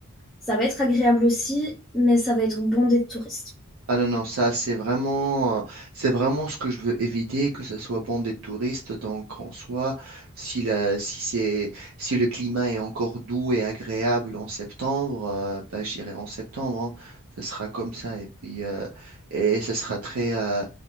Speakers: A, in the centre; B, on the right.
A: ça va être agréable aussi, mais ça va être bondé de touristes.
B: Ah non, non, ça c'est vraiment, euh, c'est vraiment ce que je veux éviter, que ce soit bon des touristes. Donc en soi, si, la, si, c'est, si le climat est encore doux et agréable en septembre, euh, bah, j'irai en septembre. hein. Ce sera comme ça. Et puis, euh, et ce sera très, euh,